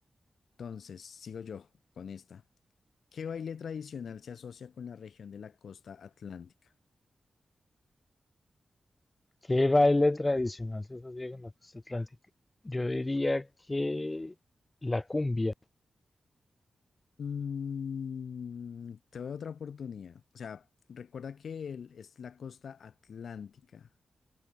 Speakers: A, on the left; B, on the left.
A: Entonces, sigo yo con esta. ¿Qué baile tradicional se asocia con la región de la costa atlántica?
B: ¿Qué baile tradicional se asocia con la costa atlántica? Yo diría que la cumbia,
A: Mm, te doy otra oportunidad. O sea, recuerda que el- es la costa atlántica.